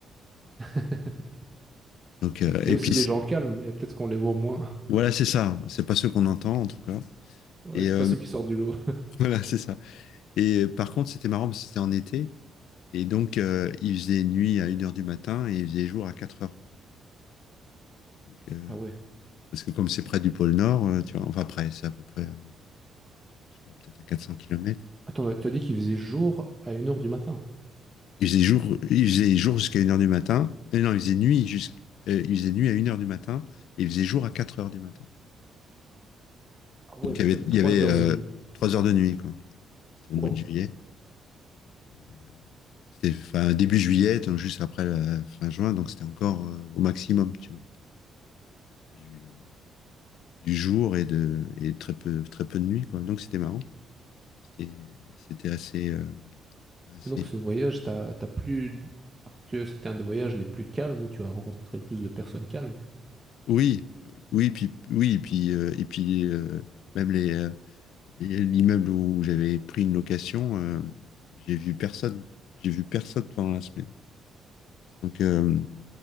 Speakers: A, on the right; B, on the left.
A: <laughs>
B: Donc, euh,
A: Il
B: et
A: y a aussi
B: puis,
A: des
B: c-
A: gens calmes, mais peut-être qu'on les voit moins.
B: voilà, c'est ça. C'est pas ce qu'on entend, en tout cas.
A: Ouais,
B: Et
A: c'est
B: euh,
A: pas ceux qui sortent du lot.
B: <laughs> voilà, c'est ça. Et euh, par contre, c'était marrant parce que c'était en été. Et donc, euh, il faisait nuit à une heure du matin et il faisait jour à quatre heures Donc, euh,
A: Ah ouais.
B: parce que comme c'est près du pôle Nord, euh, tu vois, enfin, près, c'est à peu près, euh, je sais pas, peut-être à 400 kilomètres.
A: Attends, tu as dit qu'il faisait jour à une heure du matin.
B: Il faisait jour, il faisait jour jusqu'à une heure du matin. Et non, il faisait nuit jusqu'- euh, il faisait nuit à une heure du matin et il faisait jour à quatre heures du matin.
A: Ah ouais,
B: Donc
A: donc
B: il y
A: t'avais
B: avait,
A: 3
B: il y avait euh,
A: heures de nuit.
B: 3 heures de nuit, quoi. C'était
A: Wow.
B: au mois de juillet. Et, euh, C'était fin, début juillet, donc juste après la fin juin, donc c'était encore euh, au maximum, tu vois, du, euh, du jour et de et très peu très peu de nuit, quoi. Donc c'était marrant. C'était c'était assez, euh, assez.
A: Et donc ce voyage, t'as, t'as plus... Parce que c'était un des voyages les plus calmes où tu as rencontré le plus de personnes calmes.
B: Oui, euh, oui, puis oui, et puis euh, et puis euh, même les euh, Et l'immeuble où j'avais pris une location, euh, j'ai vu personne. J'ai vu personne pendant la semaine. Donc, euh,